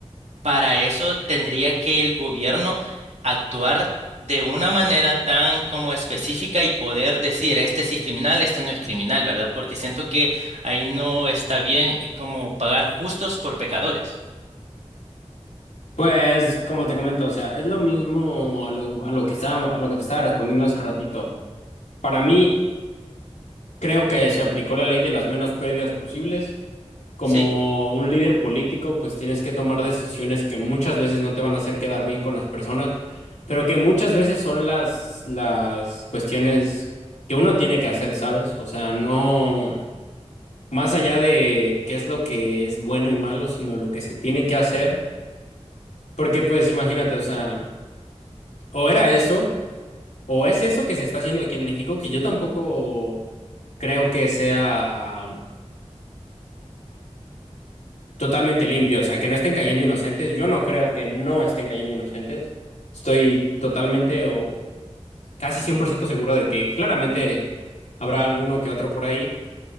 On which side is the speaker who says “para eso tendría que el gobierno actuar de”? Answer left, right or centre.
Right